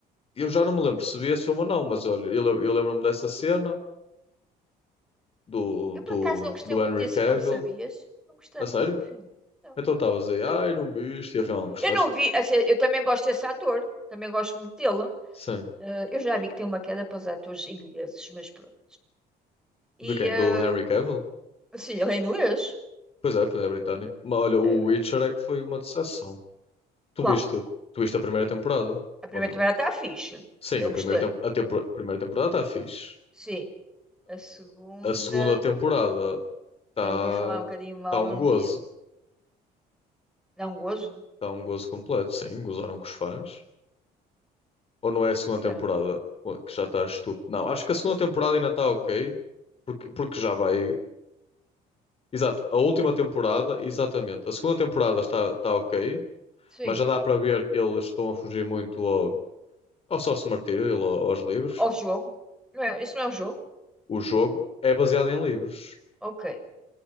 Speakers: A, on the left; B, in the centre.
A: eu já não me lembro se vi esse filme ou não, mas olha, eu, lem- eu lembro-me dessa cena do,
B: Eu
A: do,
B: por acaso não gostei
A: do
B: muito
A: Henry
B: desse
A: Cavill.
B: filme, sabias? Não gostei
A: A
B: muito
A: sério?
B: do filme. Não,
A: Então estavas
B: não gostei.
A: aí, ai, não viste, e afinal não gostaste?
B: Eu não vi, assim, eu também gosto desse ator, também gosto muito dele.
A: Sim.
B: Ah, eu já vi que tem uma queda para os atores ingleses, mas pronto. E
A: De quem?
B: ah,
A: Do Henry Cavill?
B: assim, ele é inglês.
A: Pois é, pois é é britânico. Mas olha, o
B: É,
A: Witcher é que foi uma decepção. Tu
B: qual?
A: viste, tu viste a primeira
B: Eu-
A: temporada?
B: A primeira
A: Ou não?
B: temporada está fixe.
A: Sim,
B: Eu
A: a
B: gostei.
A: primeira, tem- a tempo- a primeira temporada está fixe.
B: Sim. A segunda,
A: Ah, a segunda temporada está
B: eu ouvi falar
A: tá
B: um bocadinho mal,
A: tá um
B: não
A: gozo.
B: vi. Dá um gozo?
A: Está um gozo completo. Sim, gozaram com os fãs. Ou não é a segunda
B: Por quê?
A: temporada que já está estúpido? Não, acho que a segunda temporada ainda está ok. Porque, porque já vai. Exato, a última temporada,
B: Oh,
A: exatamente. A segunda temporada está, está ok,
B: sim.
A: mas já dá para ver que eles estão a fugir muito ao, ao sócio martírio, ao- aos livros.
B: Ao jogo? Não é, isso não é um jogo?
A: O jogo é baseado em livros.
B: Ok.